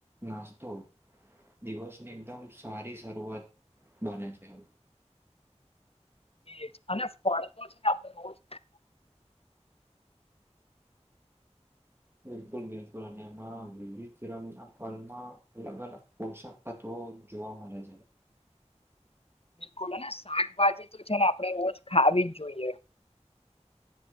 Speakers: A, on the right; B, on the left.
A: નાસ્તો દિવસની એકદમ સારી શરૂઆત બને છે એ
B: જ અને ફળ તો છે આપણેજ
A: બિલકુલ બિલકુલ અને એમાં વિમના ફલમાં અલગ અલગ પોશાક બ જોવા મળે છે
B: બિલકુલ અને શાકભાજી તો છે ને આપણે રોજ ખાવી જ જોઈએ